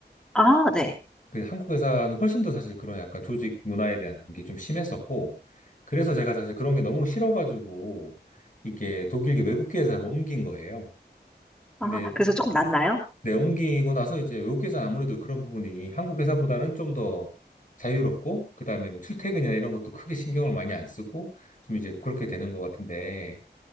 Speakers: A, in the centre; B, on the left (about 45°).
A: 아, 네.
B: 그 한국 회사는 훨씬 더 사실 그런 약간 조직 문화에 대한 게 좀 심했었고, 그래서 제가 사실 그런 게 너무 싫어가지고, 이게 독일계 외국계 회사로 옮긴 거예요. 근데
A: 아, 그래서 조금 낫나요?
B: 내 옮기고 나서 이제 외국계 회사는 아무래도 그런 부분이 한국 회사보다는 좀 더 자유롭고, 그 다음에 뭐 출퇴근이나 이런 것도 크게 신경을 많이 안 쓰고, 좀 이제 그렇게 되는 것 같은데,